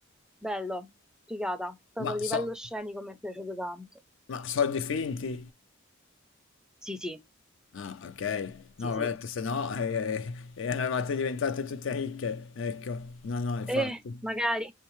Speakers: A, in the centre; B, on the left (about 65°).
A: Bello, figata, proprio
B: Ma
A: a
B: so,
A: livello scenico mi è piaciuto tanto.
B: ma so di finti.
A: Sì, sì,
B: Ah, ok.
A: sì,
B: No,
A: sì.
B: ho detto, se no eh, eh, eravate
A: <laughs>
B: diventate tutte ricche. Ecco, no, no, infatti.
A: Eh, magari.